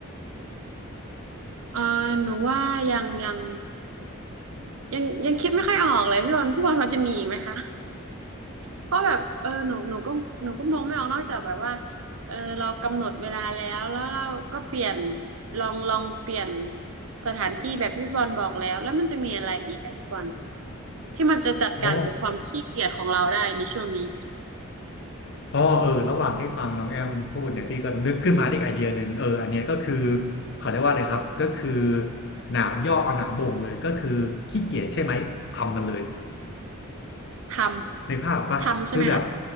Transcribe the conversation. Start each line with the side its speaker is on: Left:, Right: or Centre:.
Right: เอ่อหนูว่ายังยังยังยังคิดไม่ค่อยออกเลยพี่บอลพี่บอลพอจะมีอีกไหมคะ เพราะแบบเออหนูหนูก็หนูก็มองไม่ออกนอกจากแบบว่าเออเรากำหนดเวลาแล้วแล้วเราก็เปลี่ยนลองลองเปลี่ยนสถานที่แบบที่พี่บอลบอกแล้วแล้วมันจะมีอะไรอีกอะพี่บอลที่มันจะจัดการกับความขี้เกียจของเราได้ในช่วงนี้
Left: อ๋ออ๋อเออ ระหว่างที่ฟังน้องแอมพูดเนี่ยพี่ก็นึกขึ้นมาได้อีกไอเดียหนึ่งเอออันเนี้ยก็คือเขาเรียกว่าอะไรครับ ก็คือหนามย่อเอาหนามบ่งเลยก็คือขี้เกียจใช่ไหมทำมันเลย
Right: ทำทำใช่ไหมคะ
Left: นึกภาพออกปะคือแบบ